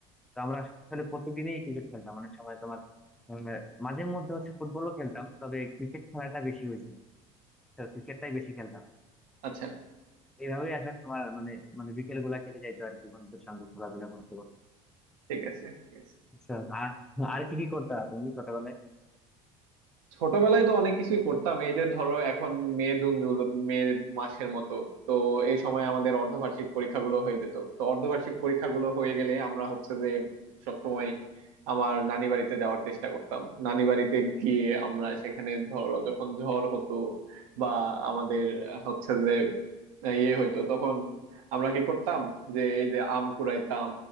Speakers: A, in the centre; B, on the right.
A: তো আমরা আসলে প্রত্যেকদিনই ক্রিকেট খেলতাম অনেক সময় তোমার আহ, মাঝে মধ্যে হচ্ছে ফুটবলও খেলতাম তবে ক্রিকেট খেলাটা বেশি হয়েছে ক্রিকেটটাই বেশি খেলতাম
B: আচ্ছা
A: এইভাবেই আসলে তোমার মানে মানে বিকেল গুলা কেটে যাইতো আর কি বন্ধুদের সঙ্গে খেলাধুলা করতে করতে
B: ঠিক আছে ঠিক আছে
A: আচ্ছা আর আর কি কি করতে তুমি ছোটবেলায়
B: ছোটবেলায় তো অনেক কিছুই করতাম এই যে ধরো এখন মে জুন জুলাই মে মাসের মতো তো এই সময় আমাদের অর্ধবার্ষিক পরীক্ষাগুলো হয়ে যেত তো অর্ধবার্ষিক পরীক্ষাগুলো হয়ে গেলে আমরা হচ্ছে যে সবসময় আমার নানি বাড়িতে যাওয়ার চেষ্টা করতাম নানি বাড়িতে গিয়ে আমরা সেখানে ধরো যখন ঝড় হতো বা আমাদের হচ্ছে যে ইয়ে হইতো তখন আমরা কি করতাম যে এই যে আম কুড়াইতাম